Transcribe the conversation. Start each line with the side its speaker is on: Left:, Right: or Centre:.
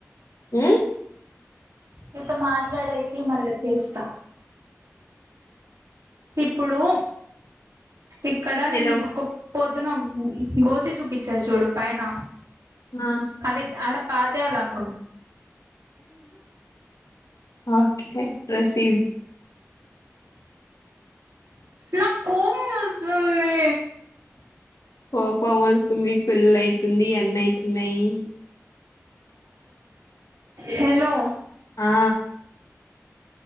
Left: ఉమ్
Right: మీతో మాట్లాడేసి మళ్ళీ చేస్త ఇప్పుడు ఇక్కడ
Left: హలో
Right: నేను నీకు ఒకపోడ్ అ నా గోతి చూపించా చూడు పైన
Left: ఆ
Right: కడ అడ పాతేయాల అనుకుంటుా
Left: ఓకే ప్రొసీడ్
Right: నా కోపమస్తుంది
Left: కోపమస్తుంది పెళ్లి అయితుంది అన్ని అయితున్న నాయీ
Right: హలో
Left: ఆ